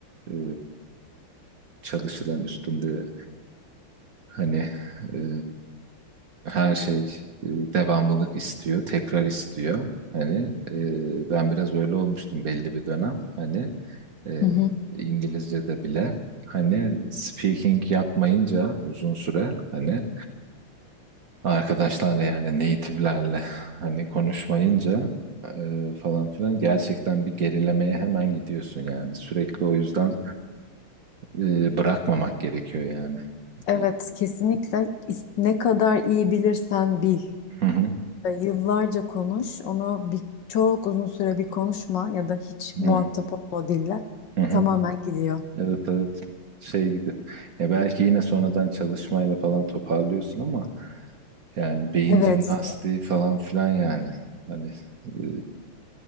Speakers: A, on the right; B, on the left.
A: e, çalışılan üstünde Hani e, her şey e, devamlılık istiyor, tekrar istiyor. Hani e, ben biraz öyle olmuştum belli bir dönem. Hani e,
B: Hı hı.
A: İngilizce'de bile hani speaking yapmayınca uzun süre hani arkadaşlarla yani native'lerle hani konuşmayınca e, falan filan gerçekten bir gerilemeye hemen gidiyorsun yani. Sürekli o yüzden e, bırakmamak gerekiyor yani.
B: Evet,
A: E,
B: kesinlikle İs- ne kadar iyi bilirsen bil.
A: Hı hı,
B: E, Yıllarca konuş, onu bir, çok uzun süre bir konuşma ya da hiç
A: hı
B: muhatap
A: hı,
B: olma o dille
A: hı hı.
B: tamamen gidiyor.
A: Evet evet şey gibi ya belki yine sonradan çalışmayla falan toparlıyorsun ama yani beyin
B: Evet,
A: jimnastiği falan filan yani hani e,